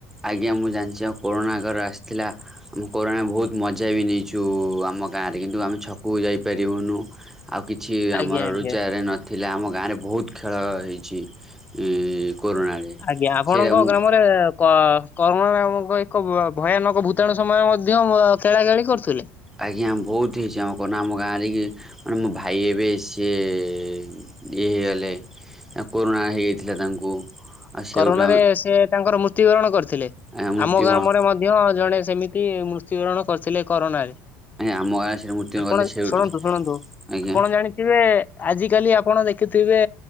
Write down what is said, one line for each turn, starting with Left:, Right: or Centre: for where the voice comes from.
Centre: ଆଜ୍ଞା ମୁଁ ଜାଣିଛି ଆଉ କୋରୋଣା ଆଗରେ ଆସିଥିଲା। ଆମେ କୋରୋଣା ବହୁତୁ ମଜା ବି ନେଇଛୁ ଆମ ଗାଁରେ କିନ୍ତୁ ଆମେ ଛକକୁ ଯାଇପାରିବୁନୁ। ଆଉ କିଛି ଆମର
Left: ଆଜ୍ଞା ଆଜ୍ଞା
Centre: ରୋଜାଗାର ନଥିଲା ଆମ ଗାଁରେ ବହୁତୁ ଖେଳ ହେଇଛି। ଇଁ କୋରୋନାରେ।
Left: ଆଜ୍ଞା। ଆପଣଙ୍କ
Centre: ସେଇଟା ମୁଁ
Left: ଗ୍ରାମରେ କ-କରୁଣାନାମକ ଏକ ଭୟାନକ ଭୂତାଣୁ ସମୟ ମଧ୍ୟ ଖେଳା ଖେଳି କରୁଥିଲେ।
Centre: ଆଜ୍ଞା ବହୁତୁ ହେଇଛି ଆମ କରନା ଆମ ଗାଁରେ କି ମାନେ ମୋ ଭାଇ ଏବେ ସିଏ ଇଏ ହେଇଗଲେ, ଆଉ କରୋନା ହେଇଯାଇଥିଲା ତାଙ୍କୁ। ଆଉ ସେଇଠୁ
Left: କରୋନାରେ ସେ ତାଙ୍କର ମୃତ୍ୟୁବରଣ କରିଥିଲେ,
Centre: ଆମେ ମୃତ୍ୟୁବରଣ
Left: ଆମ ଗ୍ରାମରେ ମଧ୍ୟ ମଧ୍ୟ ଜଣେ ସେମିତି ମୃତ୍ୟୁବରଣ କରିଥିଲେ କରୋନାରେ।
Centre: ଆମ ଗାଁରେ ସେଇଟା ମୃତ୍ୟୁବରଣ
Left: ଆପଣ
Centre: କରିଥିଲେ ସେଇଠୁ
Left: ଶୁଣନ୍ତୁ ଶୁଣନ୍ତୁ
Centre: ଆଜ୍ଞା
Left: ଆପଣ ଜାଣିଥିବେ ଆଜି କାଲି ଆପଣ ଦେଖୁଥିବେ